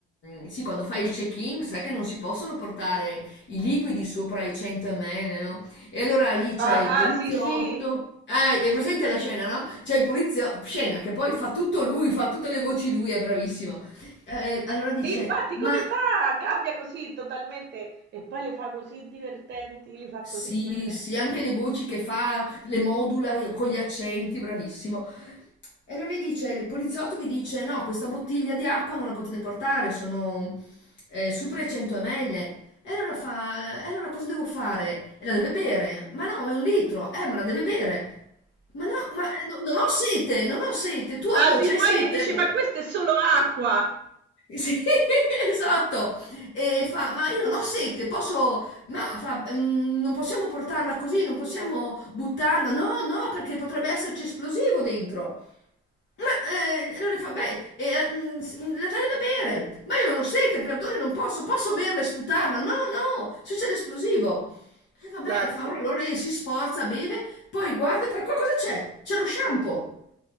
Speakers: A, on the left (about 65°); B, on the right (about 60°).
A: mm, Sì, quando fai il check-in, sai che non si possono portare i liquidi sopra i 100 ml, no? E allora lì c'è
B: Ah,
A: il poliziotto.
B: ah, sì, sì.
A: Eh, hai presente la scena, no? C'è il poliziotto, scena che poi fa tutto lui, fa tutte le voci lui, è bravissimo. Eh, allora dice,
B: Sì, infatti,
A: ma
B: come fa? Cambia così totalmente e poi le fa così divertenti, li fa
A: sì,
B: così bene.
A: sì, anche le voci che fa, le modula con gli accenti, bravissimo. E allora gli dice, il poliziotto gli dice, no, questa bottiglia di acqua non la potete portare, sono eh, super 100 ml. E allora fa, e allora cosa devo fare? E la deve bere. Ma no, ma è un litro. Eh, ma la deve bere. Ma no, ma eh, no- non ho sete, non ho sete. Tu, amore,
B: Ah, sì,
A: c'hai
B: poi
A: sete?
B: gli dici,
A: Perché...
B: ma questa è solo acqua.
A: Sì, <laughs> esatto. E fa, ma io non ho sete, posso... Ma fa, "Mm, non possiamo portarla così, non possiamo buttarla. No, no, perché potrebbe esserci esplosivo dentro. Ma eh, allora fa, beh, eh, mm, s- mm, la deve bere. Ma io non ho sete, perdoni, non posso. Posso berla e sputarla? No, no, se c'è l'esplosivo. E vabbè,
B: Dai,
A: e fa,
B: sì.
A: allora lei si sforza, beve, poi guarda e fa, qua cosa c'è? C'è lo shampoo.